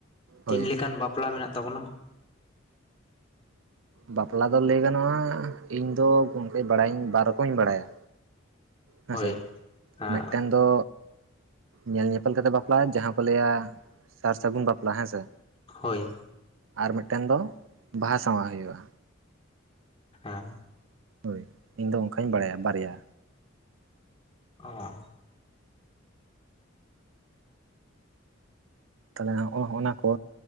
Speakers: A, on the left; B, on the right.
A: ᱛᱤᱱ
B: ᱦᱳᱭ
A: ᱞᱮᱠᱟᱱ ᱵᱟᱯᱞᱟ ᱢᱮᱱᱟᱜ ᱛᱟᱵᱚᱱᱟ?
B: ᱵᱟᱯᱞᱟ ᱫᱚ ᱞᱟᱹᱭ ᱜᱟᱱᱚᱜᱼᱟ᱾ ᱤᱧᱫᱚ ᱜᱚᱢᱠᱮ ᱵᱟᱲᱟᱭᱧ ᱵᱟᱨ ᱨᱚᱠᱚᱢᱧ ᱵᱟᱲᱟᱭᱟ᱾ ᱦᱮᱸᱥᱮ
A: ᱦᱳᱭ ᱦᱮᱸ
B: ᱢᱤᱫᱴᱮᱱ ᱫᱚ ᱧᱮᱞ ᱧᱮᱯᱮᱞ ᱠᱟᱛᱮ ᱵᱟᱯᱞ ᱡᱟᱦᱟᱸ ᱠᱚ ᱞᱟᱹᱭᱟ ᱥᱟᱨ ᱥᱟᱹᱜᱩᱱ ᱵᱟᱯᱞᱟ ᱦᱮᱸ ᱥᱮ
A: ᱦᱳᱭ
B: ᱟᱨ ᱢᱤᱫᱴᱮᱱ ᱫᱚ ᱵᱟᱦᱟ ᱥᱟᱶᱟ ᱦᱩᱭᱩᱜᱼᱟ᱾
A: ᱦᱮᱸ
B: ᱦᱳᱭ ᱤᱧᱫᱚ ᱚᱱᱠᱟᱧ ᱵᱟᱲᱟᱭᱟ ᱵᱟᱨᱭᱟ᱾
A: ᱚ
B: ᱛᱟᱦᱚᱞᱮ ᱦᱚᱜᱼ ᱱᱟ ᱠᱚ